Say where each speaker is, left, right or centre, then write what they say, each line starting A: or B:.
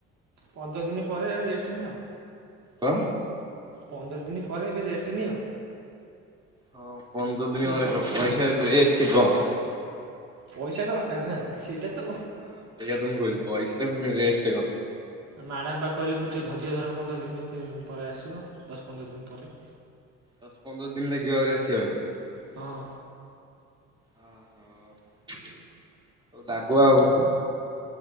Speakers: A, on the right (about 65°); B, on the right (about 15°).
A: ପନ୍ଦର ଦିନ ପରେ ରେଷ୍ଟ ନିଅ।
B: କଣ?
A: ପନ୍ଦର ଦିନ ପରେ ଏବେ ରେଷ୍ଟ ନିଅ।
B: ହଁ ପନ୍ଦର ଦିନ ମାନେ କଣ ପଇସା ରେଷ୍ଟ୍ କଣ?
A: ପଇସାଟା ଦରକାର ନା ସେଇଟା ତ
B: ହଁ ସେଇଆ ତ ମୁଁ କହିଲି ଟେଷ୍ଟ କଣ?
A: ଆଉ ମ୍ୟାଡ଼ାମ୍ ବା କହିଲେ ବା ଟିକିଏ ଧର୍ଯ୍ୟ ଧର ପନ୍ଦର ଦିନ ପରେ ଆସିବ, ଦଶ ପନ୍ଦର ଦିନ ପରେ।
B: ଦଶ ପନ୍ଦର ଦିନ ଲାଗିବ ଆହୁରି ଆସିବା ପାଇଁ।
A: ହଁ
B: ଓହୋ, ଲାଗୁ ଆଉ।